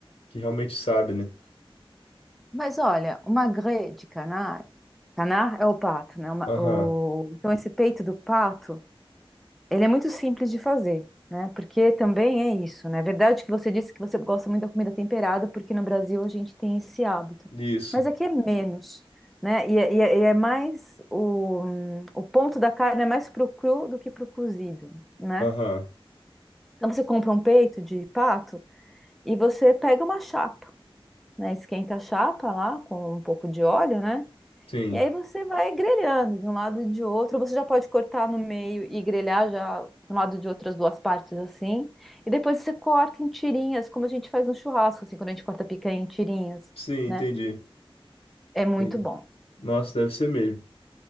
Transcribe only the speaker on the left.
que realmente sabe, né?
Aham.
Isso.
Aham.
Sim.
Sim,
entendi.
Entendi.
Nossa, deve ser mesmo.